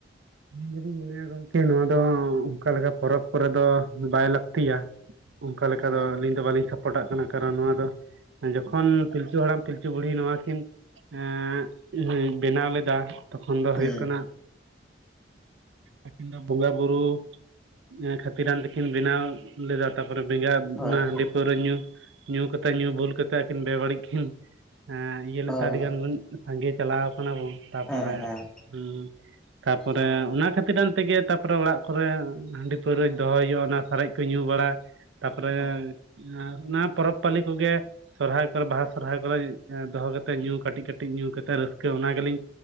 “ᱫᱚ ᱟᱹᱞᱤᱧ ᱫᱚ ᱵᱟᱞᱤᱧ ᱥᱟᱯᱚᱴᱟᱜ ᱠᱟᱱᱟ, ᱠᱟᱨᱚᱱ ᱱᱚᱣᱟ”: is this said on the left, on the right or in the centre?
Right